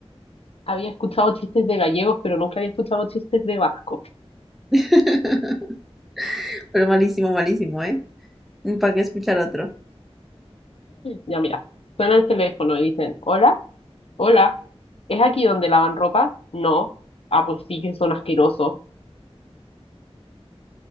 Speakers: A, on the left; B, in the centre.
A: había escuchado chistes de gallegos, pero nunca había escuchado chistes de vascos.
B: <laughs> Pero malísimo, malísimo, ¿eh? ¿Para qué escuchar otro?
A: Ya, mira, suena el teléfono y dicen, hola, hola, ¿es aquí donde lavan ropa? No. Ah, pues sí, que son asquerosos.